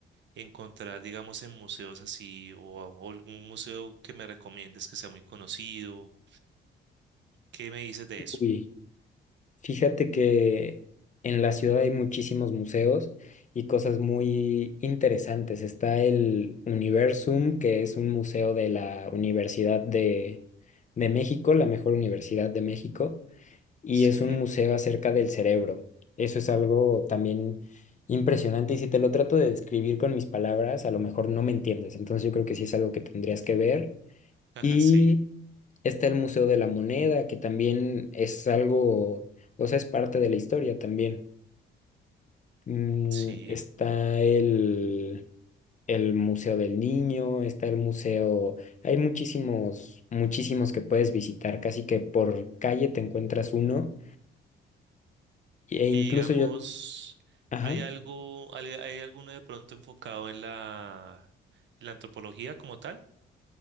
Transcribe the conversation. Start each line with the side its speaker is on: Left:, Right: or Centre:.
Right: encontrar, digamos, en museos así o, o algún museo que me recomiendes que sea muy conocido? ¿Qué me dices de eso?
Left: Uy. Fíjate que en la ciudad hay muchísimos museos y cosas muy interesantes. Está el Universum, que es un museo de la Universidad de, de México, la mejor universidad de México, y
Right: Sí,
Left: es un museo acerca del cerebro. Eso es algo también impresionante y si te lo trato de describir con mis palabras, a lo mejor no me entiendes. Entonces yo creo que sí es algo que tendrías que ver.
Right: <laughs> ajá,
Left: Y
Right: sí,
Left: Está el Museo de la Moneda, que también es algo, o sea, es parte de la historia también. Mm,
Right: sí.
Left: está el, el Museo del Niño, está el museo, hay muchísimos, muchísimos que puedes visitar, casi que por calle te encuentras uno, e
Right: Y
Left: incluso
Right: digamos,
Left: yo, ajá,
Right: ¿hay algo, hay, hay alguno de pronto enfocado en la, en la antropología como tal?